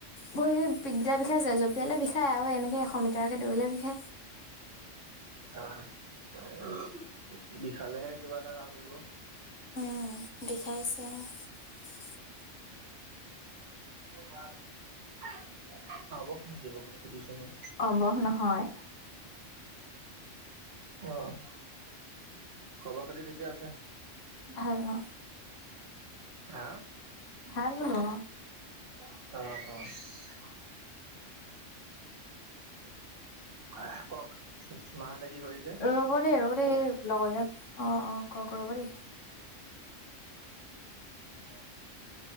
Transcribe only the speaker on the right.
অ'! <unintelligible> বিষালেহে, কিবা এটা কাম দিব।
<unintelligible> সুধিছোঁ মই।
অ'! খবৰ- খাতি ঠিকে আছে?
হা?
অ'! অ'! <unintelligible> <unintelligible> কওঁক মাহঁতে কি কৰিছে?
উম।